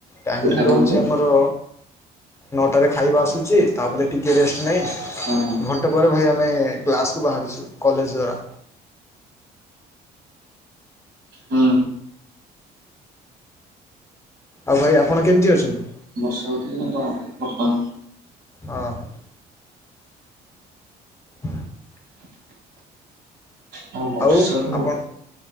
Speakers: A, on the left (about 15°); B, on the right (about 70°).
A: ଟାଇମିଂ
B: କୋଉଠି ଆପଣଙ୍କର?
A: ରହୁଛି ଆମର ନଅଟାରେ ଖାଇବା ଆସୁଚି ତାପରେ ଟିକିଏ ରେଷ୍ଟ ନେଇ
B: ହଁ ହଁ।
A: ଘଣ୍ଟା ପରେ ଭାଇ ଆମେ କ୍ଲାସ କୁ ବାହାରୁଛୁ କଲେଜ ଦ୍ଵାରା।
B: ହୁଁ।
A: ଆଉ ଭାଇ ଆପଣ କେମିତି ଅଛନ୍ତି?
B: ବର୍ଷା ହଉଛି କି ନାଇ ତମ ଆଡ଼େ ବର୍ତ୍ତମାନ।
A: ହଁ ହ। ହ
B: ହଁ ବର୍ଷା
A: ଆଉ
B: ତ
A: ଆପଣ